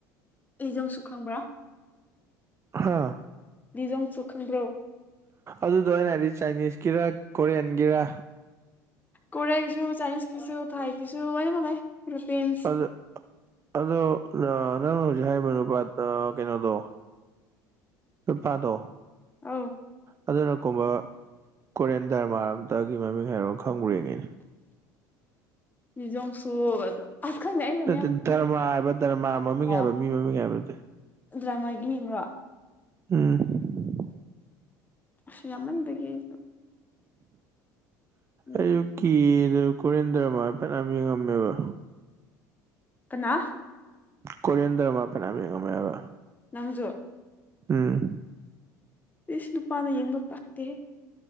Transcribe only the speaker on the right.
ꯍꯥꯥ
ꯑꯗꯨꯗꫭ ꯑꯩꯅ ꯍꯥꯏꯗꯤ ꯆꯥꯏꯅꯤꯁꯀꯤꯔ ꯀꯣꯔꯤꯌꯟꯒꯤꯔ
<unintelligible> ꯑꯗꯣ <unintelligible> ꯅꯪꯅ ꯍꯧꯖꯤꯛ ꯍꯥꯏꯕ ꯅꯨꯄꯥꯗꫭ ꯀꯩꯅꯣꯗꯣ ꯅꯨꯄꯥꯗꯣ
ꯑꯗꯨꯅ ꯀꯨꯝꯕ ꯀꫭꯔꯤꯌꯟ ꯗꯔꯃꯥ ꯑꯝꯇꯒꯤ ꯃꯃꯤꯡ ꯍꯥꯏꯔꯑꫭ ꯈꯪꯕ꯭ꯔ ꯌꯦꯡꯒꯦꯅꯦ
ꯅꯠꯇꯦ
ꯗꯔꯃꯥ ꯍꯥꯏꯕ ꯗꯔꯃꯥ ꯃꯃꯤꯡ ꯍꯥꯏꯕ
ꯃꯤ ꯃꯃꯤꯡ ꯍꯥꯏꯕ ꯅꯠꯇꯦ
ꯎꯝ
ꯑꯌꯨꯛꯀꯤꯗꯨ ꯀꯣꯔꯤꯌꯟ ꯗ꯭ꯔꯥꯃ ꯐꯅꯌꯥꯝ ꯌꯦꯡꯉꯝꯃꯦꯕ
ꯀꯣꯔꯤꯌꯟ ꯗ꯭ꯔꯥꯃ ꯐꯅꯌꯥꯝ ꯌꯦꯡꯉꯝꯃꯦꯕ
ꯎꯝ